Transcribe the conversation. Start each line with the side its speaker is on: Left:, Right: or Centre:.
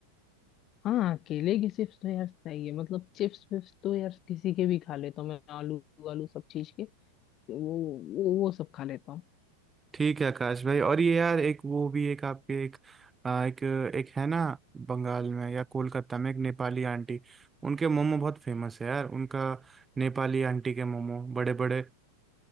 Left: हाँ केले की चिप्स तो यार चाहिए मतलब चिप्स विप्स तो यार किसी के भी खा लेता हूँ मैं आलू आलू सब चीज के वो वो वो सब खा लेता हूँ
Right: ठीक है आकाश भाई और ये यार एक वो भी एक आपके एक आ, एक एक है ना बंगाल में या कोलकाता में एक नेपाली आंटी उनके मोमो बहुत फेमस है यार उनका नेपाली आंटी के मोमो बड़े बड़े